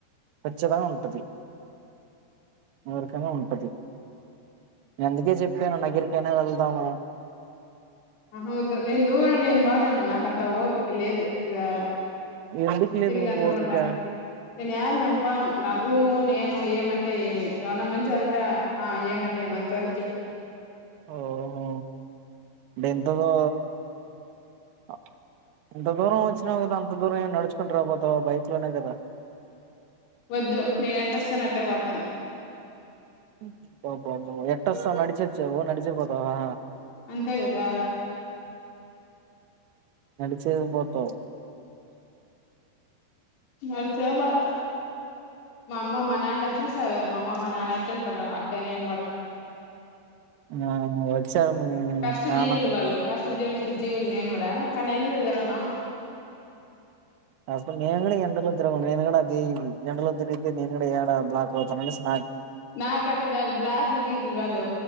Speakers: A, on the right; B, on the left.
A: కచ్చితంగా ఉంటది. ఎవరికైనా ఉంటది. నే అందుకే చెప్ప నేను నగిరికైనా వెళ్దామ
B: అహ వద్దు నేను దూరం నేను పో నాకంత ఓర్పు పిక లేదు <unintelligible>
A: ఎందుకు లేదు
B: తిరిగేంత
A: నీకు ఓపిక
B: కూడా నాకస నేను యాడ నేన్ పోను నా రూము నేను ఏమంటే ఏమి ఏమన్నా మంచోరుంటే ఆ ఏమంటే ఏమి అంత వరకె.
A: ఓహో. డెంతగో అ ఇంత దూరం వచ్చినావు కదా అంత దూరం ఏం నడుచుకుంట రా పోతావ్ బైక్ లోనే కదా.
B: వద్దు. నేను ఎట్టొస్తానో అట్టే పోతాను.
A: అబ్బబ్బబ్బో ఎట్టొస్తావు నడిచొచ్చావు నడిచే పోతావా.
B: అంతే కదా.
A: నడిచే పోతవ్.
B: నడిచేపోతా మా అమ్మ మా నాన్న చూశావు కదా మా అమ్మ మా నాన్న ఎట్ట ఉంటారో అట్టే నేను కూడా
A: ఆ వచ్చావూ
B: కష్ట
A: నాన్నా
B: జీవులు వాళ్ళు కష్ట జీవులికి జీవులు లేనోడా తనని ఎందుకు రా అన్నావు.
A: అసలు నేను కూడా ఎండలో తిరగను నేను కూడా అది ఎండలో తిరిగితే నేను కూడా ఏడా బ్లాక్ అవుతా అనేసి
B: నాకు అట్ట కాదు బ్లాక్ గీకు కాదు